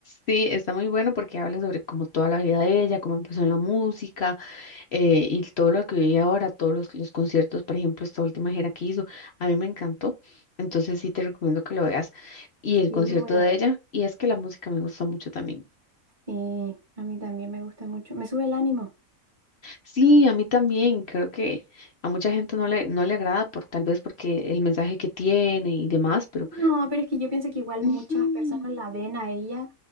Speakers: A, on the left; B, on the right.
A: Sí, está muy bueno porque habla sobre como toda la vida de ella, cómo empezó en la música eh, y todo lo que vive ahora, todos los, los conciertos, por ejemplo, esta última gira que hizo, a mí me encantó, entonces sí te recomiendo que lo veas y el
B: Sí,
A: concierto
B: lo voy a
A: de
B: ver.
A: ella, y es que la música me gusta mucho también.
B: Sí, a mí también me gusta mucho. Me sube el ánimo.
A: Sí, a mí también. Creo que a mucha gente no le, no le agrada por tal vez porque el mensaje que tiene y demás, pero
B: No, pero es que yo pienso que igual
A: ujú,
B: muchas personas la ven a ella